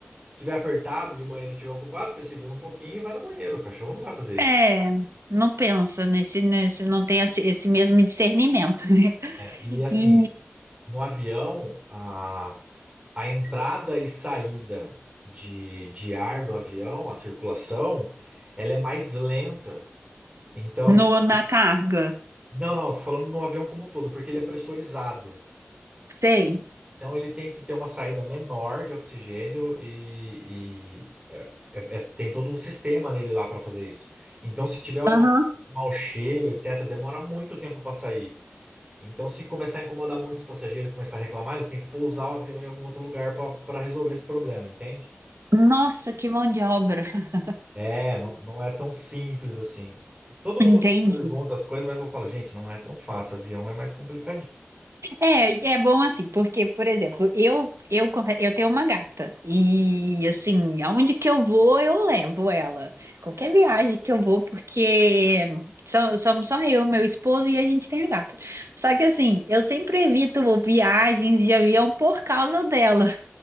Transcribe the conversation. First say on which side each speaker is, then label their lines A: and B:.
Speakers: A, on the right; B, on the right.
A: tiver apertado e o banheiro estiver ocupado, você segura um pouquinho e vai no banheiro. O cachorro não vai fazer isso.
B: É, não pensa nesse nesse não tem esse, esse mesmo discernimento, né?
A: né? E assim,
B: E
A: No avião, a, a entrada e saída de, de ar do avião, a circulação, ela é mais lenta. Então, tipo,
B: no
A: assim,
B: na carga.
A: não, não, tô falando no avião como um todo, porque ele é pressurizado.
B: Sei.
A: Então, ele tem que ter uma saída menor de oxigênio e, e é- é- é- tem todo um sistema nele lá para fazer isso. Então, se tiver algum
B: Aham.
A: mau cheiro, etc., demora muito tempo para sair. Então, se começar a incomodar muito os passageiros, começar a reclamar, eles têm que pousar o avião em algum outro lugar para resolver esse problema, entende?
B: Nossa, que mão de obra. <laughs>
A: É, não, não é tão simples assim. Todo
B: Entendi.
A: mundo pergunta as coisas, mas eu falo, gente, não é tão fácil, avião é mais complicadinho.
B: É, é bom assim, porque, por exemplo, eu, eu, confe- eu tenho uma gata e, assim, aonde que eu vou, eu levo ela. Qualquer viagem que eu vou, porque so- somos só eu, meu esposo e a gente tem a gata. Só que, assim, eu sempre evito viagens de avião por causa dela.